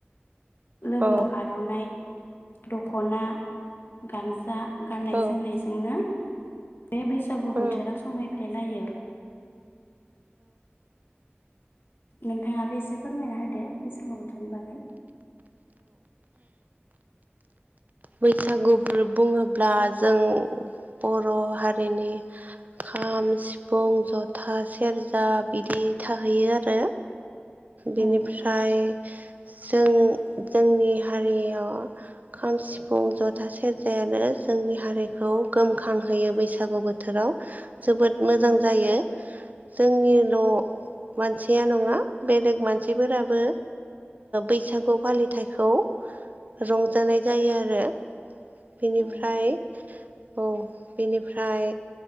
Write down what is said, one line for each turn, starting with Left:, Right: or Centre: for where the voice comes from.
Left: लोगोआव
Right: औ
Left: आर'नाइ दख'ना गामसा गाननाय
Right: औ
Left: जोमनायजोंनो बे बैसागु
Right: औ
Left: बोथोरा समायफ्लेलायो। नोंथाङाबो एसे फोरमायना होदो बैसागु बोथोरनि बागै
Right: बैसागुफोर बुङोब्ला जों बर' हारिनि खाम, सिफुं, जथा, सेरजा बिदि थाहैयो आरो। बेनिफ्राय
Left: उम
Right: जों जोंनि हारियाव खाम सि फुं जथा, सेरजायानो जोंनि हारिखौ गोमखांहोयो बैसागु बोथोराव। जोबोद मोजां
Left: उम
Right: जायो जोंनिल' मानसिया नङा बेलेग मानसिफोराबो बैसागु फालिथायखौ रंजानाय जायो आरो बेनिफ्राय
Left: उम
Right: औ बेनिफ्राय